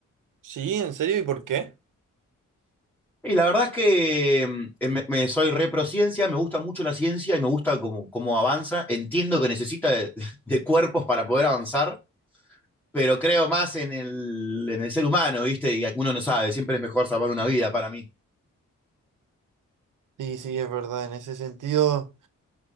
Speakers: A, on the right; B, in the centre.
A: Sí, ¿en serio? ¿Y por qué?
B: Y la verdad es que mm, eh, me, me- soy reprociencia, me gusta mucho la ciencia y me gusta cómo, cómo avanza. Entiendo que necesita de, <laughs> de cuerpos para poder avanzar, pero creo más en el, en el ser humano, ¿viste? Y uno no sabe, siempre es mejor salvar una vida para mí.
A: Sí, sí, es verdad, en ese sentido,